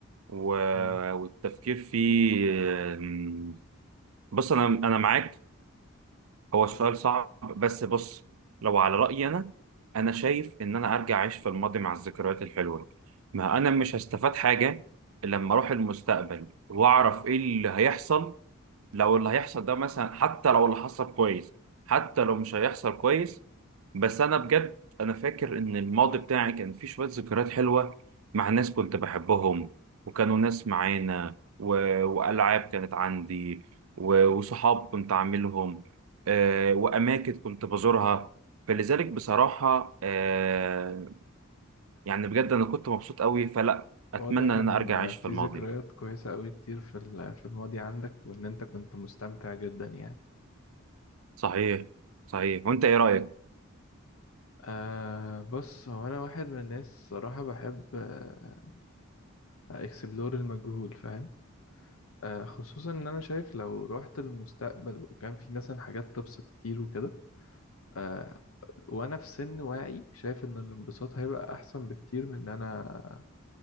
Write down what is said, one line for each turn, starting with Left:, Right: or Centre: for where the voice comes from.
Right: و...
Left: مم.
Right: والتفكير فيه آه، بص انا انا معاك هو سؤال صعب بس بص لو على رأيي أنا أنا شايف إن أنا أرجع أعيش في الماضي مع الذكريات الحلوة ما أنا مش هستفاد حاجة لما أروح المستقبل وأعرف إيه اللي هيحصل لو اللي هيحصل ده مثلا حتى لو اللي حصل كويس حتى لو مش هيحصل كويس بس انا بجد انا فاكر ان الماضي بتاعي كان فيه شوية ذكريات حلوة مع ناس كنت بحبهم وكانوا ناس معانا و... والعاب كانت عندي و... وصحاب كنت عاملهم آه... واماكن كنت بزورها فلذلك بصراحة آه... يعني بجد انا كنت مبسوط قوي فلا اتمنى
Left: واضح
Right: ان
Left: ان
Right: انا ارجع اعيش
Left: في
Right: في الماضي
Left: ذكريات كويسة قوي كتير في ال- في الماضي عندك وان انت كنت مستمتع جدا يعني
Right: صحيح صحيح وانت ايه رأيك
Left: أه بص هو انا واحد من الناس صراحة بحب آه اكسبلور المجهول فاهم أه خصوصا ان انا شايف لو رحت للمستقبل وكان في مثلا حاجات تبسط كتير وكده أه وانا في سن واعي شايف ان الانبساط هيبقى احسن بكتير من ان انا